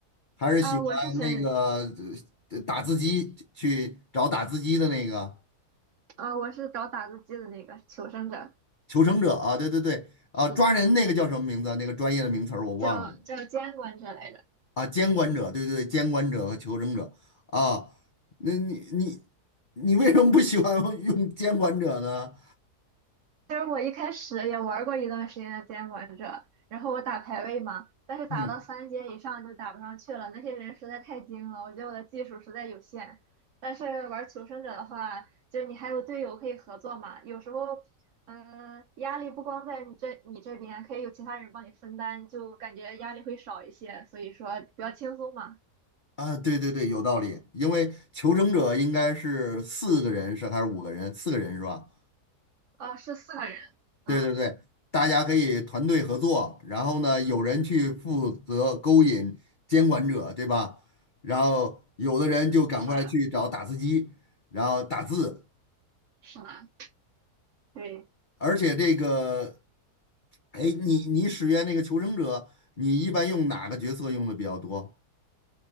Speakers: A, on the left; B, on the right.
A: 还是喜欢那个
B: 啊、我是选，
A: 呃打字机去找打字机的那个
B: 啊，我是找打字机的那个求生者，
A: 求生者啊？对对对，啊，
B: 是的，
A: 抓人那个叫什么名字啊？那个专业的名词儿我忘了
B: 叫叫监管者来着。
A: 啊。监管者，对对对，监管者和求生者啊。那你你你为什么不喜欢 <laughs> 用监管者呢？
B: 其实我一开始也玩过一段时间的监管者，然后我打排位嘛，但是打到三阶以上就打不上去了，
A: 嗯
B: 那些人实在太精了，我觉得我的技术实在有限。但是玩求生者的话，就你还有队友可以合作嘛，有时候，嗯、压力不光在你这你这边，可以有其他人帮你分担，就感觉压力会少一些，所以说比较轻松嘛。
A: 啊，对对对，有道理。因为求生者应该是四个人是还是五个人？四个人是吧？
B: 啊，是四个人，嗯，
A: 对对对，大家可以团队合作，然后呢，有人去负责勾引监管者，对吧？然后有的人就赶快去找打字机，
B: 是
A: 然后打字，
B: 是的，对。
A: 而且这个，哎，你你使用那个求生者，你一般用哪个角色用的比较多？